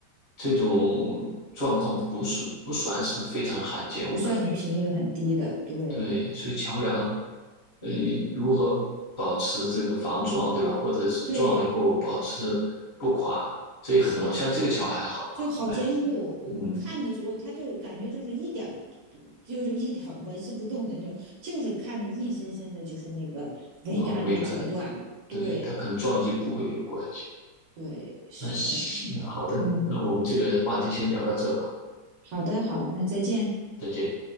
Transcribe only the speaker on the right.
不算是频率很低的，
对
对，
是
就好坚固。
我看的时候，
它就感觉就是一点，就是一点纹丝不动的那种，就是看着硬生生的，就是那个桅杆给折断了。
对
对，是的，
嗯，
好的好，那再见。